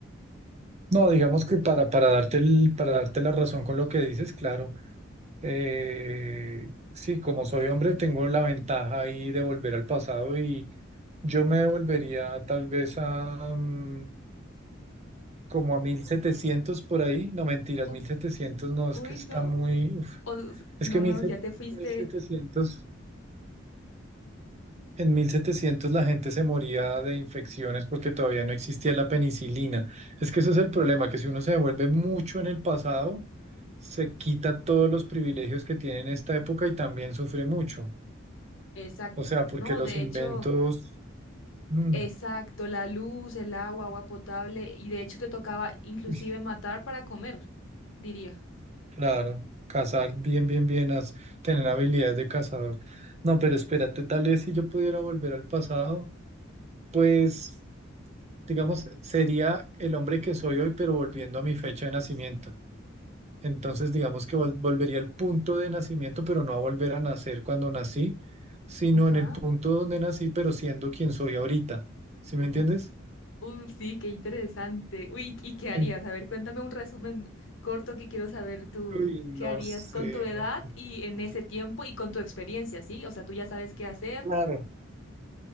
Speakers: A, on the right; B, on the left.
A: No, digamos que para, para darte el, para darte la razón con lo que dices, claro, eh, sí, como soy hombre, tengo la ventaja ahí de volver al pasado y yo me devolvería tal vez a mm, como a 1700 por ahí, no mentiras,
B: Uf,
A: 1700 no, es
B: Uy,
A: que está
B: no.
A: muy, uf,
B: O, s-
A: es
B: no,
A: que mil
B: no, ya te fuiste.
A: setecientos En 1700 la gente se moría de infecciones porque todavía no existía la penicilina. Es que ese es el problema, que si uno se vuelve mucho en el pasado, se quita todos los privilegios que tiene en esta época y también sufre mucho.
B: Exacto.
A: O sea, porque
B: No,
A: los
B: de
A: inventos,
B: hecho.
A: mm,
B: Exacto, la luz, el agua, agua potable, y de hecho te tocaba inclusive
A: uy,
B: matar para comer, diría.
A: claro, cazar bien, bien, bien, haz- tener habilidades de cazador. No, pero espérate, tal vez si yo pudiera volver al pasado, pues, digamos, sería el hombre que soy hoy, pero volviendo a mi fecha de nacimiento. Entonces, digamos que vol- volvería al punto de nacimiento, pero no a volver a nacer cuando nací, sino
B: Ajá.
A: en el punto donde nací, pero siendo quien soy ahorita. ¿Sí me entiendes?
B: Uf. Uf, sí, qué interesante. Uy, ¿y qué harías?
A: En-
B: A ver, cuéntame un resumen corto que quiero saber tú,
A: Uy, no
B: ¿qué harías
A: sé,
B: con tu edad
A: no sé.
B: y en ese tiempo y con tu experiencia, ¿sí? O sea, tú ya sabes qué hacer.
A: Claro.